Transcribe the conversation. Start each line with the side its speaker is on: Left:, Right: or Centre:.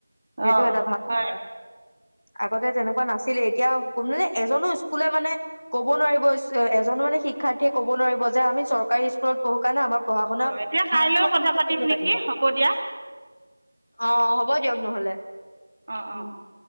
Right: অ
Left: সেইটো এটা ভাল
Right: হয়
Left: কথা। আগতে তেনেকুৱা নাছিলে, এতিয়া অকল মানে এজনোঁ স্কুলে মানে ক'ব নোৱাৰিব, এজনোঁ মানে শিক্ষাৰ্থীয়ে ক'ব নোৱাৰিব যে, আমি চৰকাৰী স্কুলত পঢ়ো কাৰণে আমাক পঢ়া শুনা
Right: অ এতিয়া কাইলৈও
Left: ভাল নহয়,
Right: কথা
Left: <unintelligible>
Right: পাতিম
Left: নোৱাৰিব।
Right: নেকি হ'ব দিয়া
Left: অ হ'ব দিয়ক নহ'লে।
Right: অ!
Left: উম
Right: অ! অ!